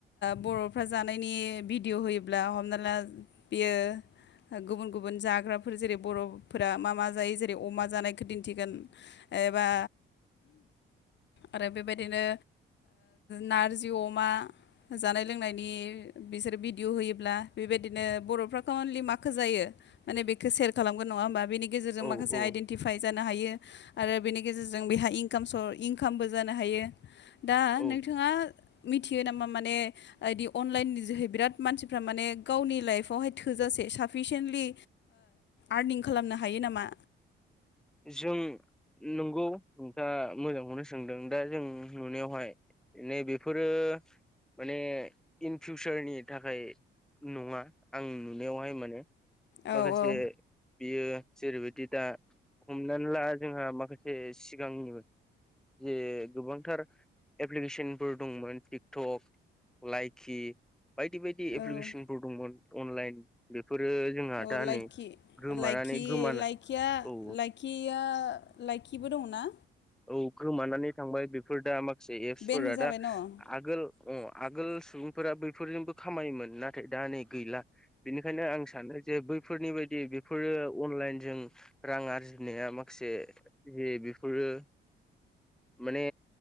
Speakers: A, on the left (about 65°); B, in the centre.
A: बर'फ्रा जानायनि भिडिअ' होयोब्ला हमना ला बियो गुबुन गुबुन जाग्राफोर जेरै बर' फोर मा मा जायो जेरै अमा जानायखौ दिन्थिगोन एबा आरो बेबायदिनो नारजि अमा। जानाय लोंनायनि बिसोर भिडिय' होयोब्ला बेबायदिनो बर'फ्राखौ अनलि माखौ जायो माने बेखौो सेयार खालामगोन नङा होमबा। गेजेरजों
B: औ
A: माखासे
B: औ
A: आइडेन्टिफाइ जानो हायो। आरो बेनि गेजेरजों बेहा इकाम इनकामबो जानो हायो‌। दा
B: औ
A: नोंथाङा मिथियो नामा माने बिदि अनलाइन जोहै बिराद मानसिफ्रा माने गावनि लाइफ बेवहाय थोजासे साफिसिन्टलि आर्निं खालामनो हायो नामा।
B: जों नंगौ नोंथाङा मोजांखौनो सोंदों दा जों नुनायावहाय। नै बेफोरो। माने इन फिउसारनि थाखाय नङा आं नुनायावहाय माने।
A: औ
B: माखासे
A: औ
B: बियो जेरैबायदि दा हमनानै ला जोंहा माखासे सिगांनिबो। जे गोबांथार एप्लिकेसनफोर दंमोन टिकटक। लाइकि बायदि बायदि एप्लिकेसनफोर
A: औ
B: दंमोन अनलाइन बेफोरो। जोंहा
A: अ
B: दा
A: लाइखि
B: नै गोमानानै
A: लाइखि
B: गोमान
A: लाइखिया
B: औ।
A: लाइखिया लाइखिबो दङना?
B: औ गोमानानै थांबाय बेफोर दा माखासे एप्सफोरा
A: बेनो जाबाय
B: दा।
A: न' औ
B: आगोल अ आगोल सुबुंफोरा बैफोरजोंबो खामानिमोन नाथाय दा नै गैला। बेनिखायनो आं सानो। जे बैफोरनि बायदि बेफोरो अनलाइनजों रां आरजिनाया माखासे। ज बेफोरो माने